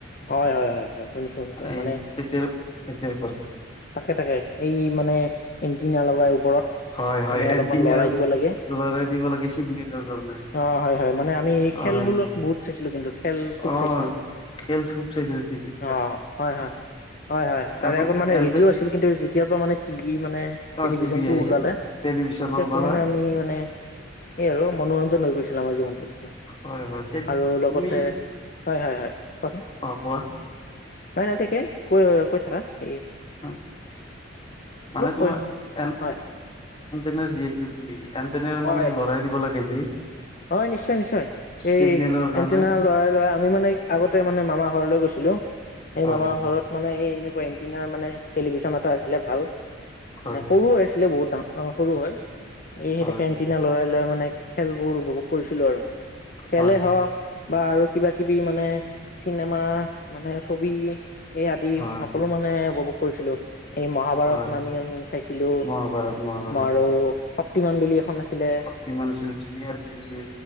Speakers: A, on the left; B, on the left.
A: হয়, হয়, হয়, হয় শুনিছোঁ শুনিছোঁ
B: এই
A: মানে
B: তেতিয়াৰ তেতিয়াৰ পৰাই
A: তাকে তাকে এই মানে এণ্টিনা লগাই ওপৰত।
B: হয় হয়
A: মানে অলপমান
B: এণ্টিনিয়া
A: লৰাই দিব লাগে।
B: লৰাই দিব লাগে চিগনেলৰ কাৰণে
A: অ' হয় হয় মানে আমি
B: হয়
A: খেল বোলো বহুত চাইছিলো। কিন্তু খেল খুব
B: অ
A: চাইছিলোঁ।
B: খেল খুব চাইছিলো টিভি ত।
A: অ, হয়, হয়, হয় হয় তাৰে
B: আৰু
A: আগত মানে
B: এ
A: ৰেডিঅ' আছিল৷ কিন্তু যেতিয়া পৰা মানে টিভি মানে টেলিভিশ্যনটো
B: টিভি আহিল
A: ওলালে।
B: টেলিভিছন
A: তেতিয়াৰ
B: ওলালে
A: পৰা মানে আমি মানে এই আৰু মনোৰঞ্জন হৈ গৈছিলে আমাৰ জীৱনটোত তেতিয়া
B: হয় হয় টেলি
A: আৰু
B: তুমি
A: লগতে হয়, হয়, হয় কোৱাচোন?
B: অ', কোৱা?
A: নাই, নাই, তাকে কৈ কৈ থাকা। এইেয়
B: অ, মানে তোমাৰ
A: কৈ
B: এন,
A: হয়
B: এন, যি আছিল তুমি এণ্টিনা
A: হয়
B: মানে ল'ৰাই দিব লাগে, যি
A: হয়, নিশ্চয় নিশ্চয় এই
B: চিগনেলৰ কাৰণে
A: এণ্টিনা লৰাই লৰা আমি মানে আগতে মানে মামা ঘৰলৈ গৈছিলো। সেই
B: হয়
A: মামা ঘৰত মানে এই এনেকুৱা এণ্টিনাৰ মানে, টেলিভিশন এটা আছিলে ভাল।
B: হয়
A: এ, সৰু হৈ আছিলে বহুত, ডা- অ, সৰু হয়, এই
B: হয়
A: এনেকে দিনা লৰাই লৰাই মানে খেলবোৰ উপভোগ কৰিছিলো। আৰু খেলেই
B: হয়
A: হ'ওক বা আৰু কিবা- কিবি মানে চিনেমা মানে ছবি, এই আদি
B: হয়
A: সকলো মানে উপভোগ কৰিছিলো। এই মহাভাৰত
B: হয়
A: নামি আমি চাইছিলো।
B: মহাভাৰত মহাভাৰত
A: আৰু শক্তিমান বুলি এখন আছিল লে
B: যিমান আছিল জুনিয়ৰ যি আছিল।